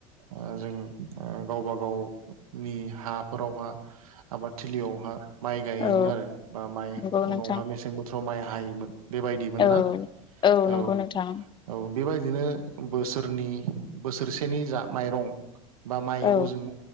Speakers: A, on the right; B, on the left.
A: ओ जों गावबा गावनि हाफोरावहा आबाद थिलियावहा माइ गायोमोन
B: औ
A: आरो बा माइ
B: नंगौ नोंथां
A: उनावहा मेसें बोथो राव माय हायोमोन बेबायदिमोन
B: औ
A: ना
B: नंगौ
A: औ
B: नोंथां
A: औ बेबायदिनो बोसोरनि बोसोरसेनि जा माइरं बा माइखौ
B: औ
A: जों